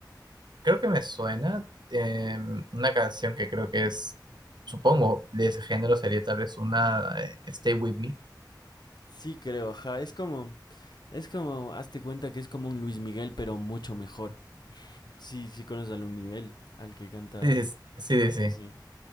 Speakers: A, on the right; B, on the left.
A: creo que me suena eh, una canción que creo que es, supongo, de ese género sería tal vez una eh, Stay With Me.
B: Sí, creo, ajá, es como, es como, hazte cuenta que es como un Luis Miguel, pero mucho mejor. Sí, sí conoces a Luis Miguel, al que canta.
A: Sí, sí, sí.
B: Sí,
A: sí, sí.
B: sí.